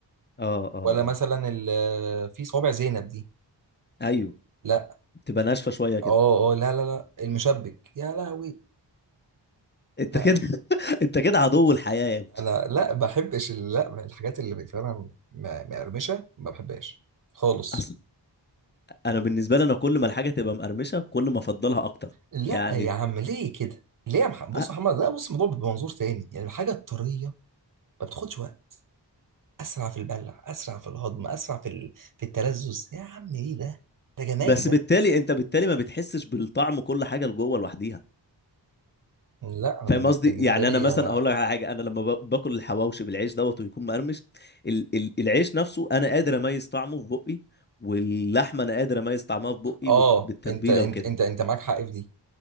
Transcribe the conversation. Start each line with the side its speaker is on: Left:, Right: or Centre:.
Left: اه اه
Right: ولا
Left: اه
Right: مثلا ال- آه، في صوابع زينب دي
Left: ايوه
Right: لا
Left: تبقى ناشفة شوية كده
Right: اه اه لا لا لا المشبك يا لهوي
Left: انت
Right: لا
Left: كده <laughs> انت كده عدو الحياة يا
Right: انا لا بحبش ال- لا الحاجات اللي فعلا م- مقرمشه ما بحبهاش خالص
Left: ابني انا بالنسبه لي انا كل ما الحاجه تبقى مقرمشه كل ما افضلها اكتر
Right: لا
Left: يعني
Right: يا عم ليه كده ليه يا محمد بص
Left: أ-
Right: يا محمد لا بص الموضوع بمنظور تاني يعني الحاجه الطريه ما بتاخدش وقت اسرع في البلع اسرع في الهضم اسرع في ال... في التلذذ يا عم ايه ده ده جمال
Left: بس
Right: ده
Left: بالتالي انت بالتالي ما بتحسش بالطعم كل حاجه لجوه لوحديها
Right: لا انا
Left: فاهم
Right: بالن-
Left: قصدي
Right: بالنسبه
Left: يعني
Right: لي
Left: انا مثلا
Right: انا
Left: اقول لك على حاجه انا لما ب- باكل الحواوشي بالعيش دوت ويكون مقرمش ال ال العيش نفسه انا قادر اميز طعمه في بقي واللحمه انا قادر اميز طعمها في بقي
Right: اه
Left: وت- بالتتبيله
Right: انت انت
Left: وكده
Right: انت انت معاك حق في دي